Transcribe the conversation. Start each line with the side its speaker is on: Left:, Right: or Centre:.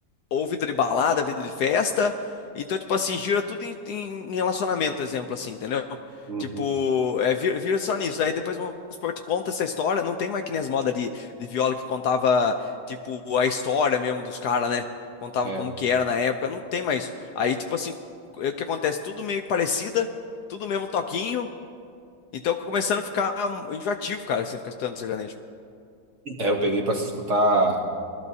Left: ou vida de balada, vida de festa. Então, tipo assim, gira tudo em, em relacionamento, exemplo, assim, entendeu?
Right: Uhum.
Left: Tipo, é, vira, vira só nisso. Aí depois, vamos supor, te conta essa história. Não tem mais que nem as modas de, de viola que contava, tipo, a história mesmo dos caras, né? Contava
Right: É.
Left: como que era na época. Não tem mais. isso. Aí, tipo assim, é o que acontece? Tudo meio que parecida, tudo mesmo toquinho. Então, começando a ficar enjoativo, cara, você ficar escutando sertanejo.
Right: É, eu peguei pra se escutar.